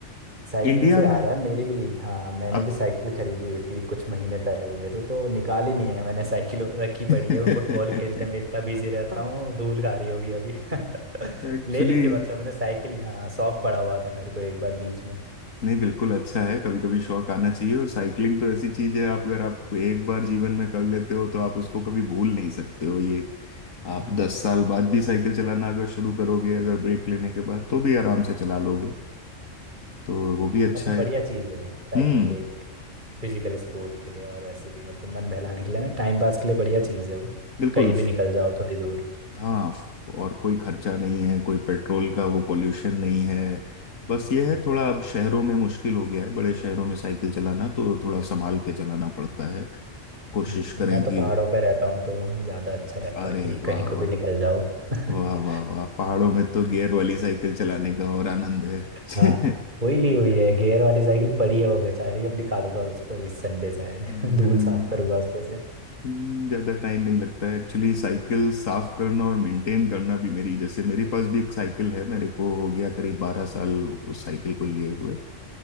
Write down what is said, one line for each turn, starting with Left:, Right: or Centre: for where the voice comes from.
Right: साइकिलिंग
Left: इंडिया
Right: से याद
Left: में
Right: है मेरी भी हाँ मैंने
Left: अब
Right: भी साइकिल खरीदी हुई थी कुछ महीने पहले हुए थे तो निकाली नहीं है मैंने साइकिल रखी
Left: <laughs>
Right: पड़ी है मैं फुटबॉल खेलने में इतना बिजी रहता हूँ धूल खा रही होगी अभी <laughs>
Left: एक्चुअली
Right: ले ली थी मतलब मुझे साइकिल हाँ शौक पड़ा हुआ था मेरे को एक बार बीच में
Left: नहीं बिल्कुल अच्छा है कभी कभी शौक आना चाहिए और साइकिलिंग तो ऐसी चीज है आप अगर आप एक बार जीवन में कर लेते हो तो आप उसको कभी भूल नहीं सकते हो ये
Right: <laughs>
Left: आप
Right: हाँ
Left: दस साल बाद भी साइकिल चलाना अगर शुरू करोगे अगर ब्रेक लेने के बाद तो भी आराम से चला लोगे तो वो भी अच्छा
Right: हाँ मतलब
Left: है
Right: बढ़िया चीज़ है साइकिलिंग
Left: हम्म
Right: एक फिजिकल स्पोर्ट के लिए और वैसे भी मतलब मन बहलाने के लिए ना टाइम पास के लिए बढ़िया चीज़ है वो
Left: बिल्कुल
Right: कहीं भी निकल जाओ थोड़ी दूर
Left: हाँ और कोई खर्चा नहीं है कोई पेट्रोल का वो पोल्यूशन नहीं है बस
Right: हम्म,
Left: ये है थोड़ा अब शहरों में मुश्किल हो गया है बड़े शहरों में साइकिल चलाना तो थोड़ा संभाल के चलाना पड़ता है कोशिश
Right: हम्म,
Left: करें
Right: मैं तो
Left: कि
Right: पहाड़ों पे रहता हूँ तो ज़्यादा अच्छा रहता
Left: अरे
Right: है कि
Left: वाह
Right: कहीं को
Left: वाह
Right: भी निकल जाओ <laughs>
Left: वाह वाह वाह पहाड़ों में तो गियर वाली साइकिल चलाने का और आनंद है
Right: हाँ
Left: <laughs>
Right: वही ली हुई है गियर वाली साइकिल पड़ी है वो बेचारी अब निकालूंगा उसको इस संडे शायद
Left: इन-
Right: <laughs> धूल साफ करूंगा उसमें से
Left: इन- ज्यादा टाइम नहीं लगता है एक्चुअली साइकिल साफ करना और मेंटेन करना भी मेरी जैसे मेरे पास भी एक साइकिल है मेरे को हो गया करीब बारह साल उस साइकिल को लिए हुए